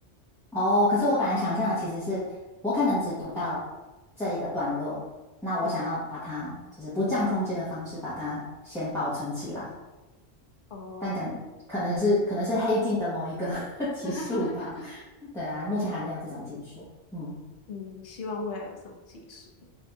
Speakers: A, in the centre; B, on the left.
A: 哦，可是我本来想象的其实是我可能只读到这一个段落，
B: <laughs>
A: 那我想要把它就是不占空间的方式把它先保存起来，
B: 嗯，哦，
A: 但可可能是可能是黑镜的某一个 <laughs> 集数吧。
B: <laughs>
A: 对啊，目前还没有这种技术。嗯，
B: 嗯，希望未来有这种技术，